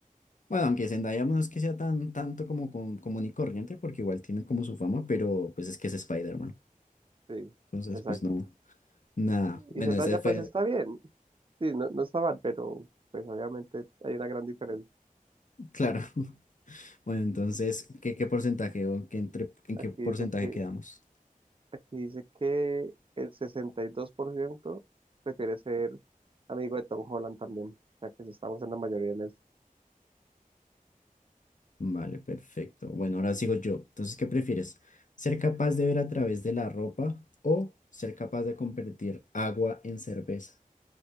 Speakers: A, on the left; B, on the right.
A: bueno, aunque Zendaya no es que sea tan tanto como con- común y corriente, porque igual tiene como su fama, pero pues es que es Spider-Man.
B: Sí,
A: Entonces,
B: exacto.
A: pues no, nada. Bueno,
B: Y Zendaya
A: ese fue,
B: pues está bien, sí, no, no está mal, pero pues obviamente hay una gran diferencia.
A: claro. Bueno, entonces, ¿qué, qué porcentaje o qué entre- en
B: Aquí
A: qué porcentaje
B: dice que,
A: quedamos?
B: aquí dice que el 62% prefiere ser amigo de Tom Holland también, o sea que estamos en la mayoría en eso.
A: Vale, perfecto. Bueno, ahora sigo yo. Entonces, ¿qué prefieres? ¿Ser capaz de ver a través de la ropa o ser capaz de convertir agua en cerveza?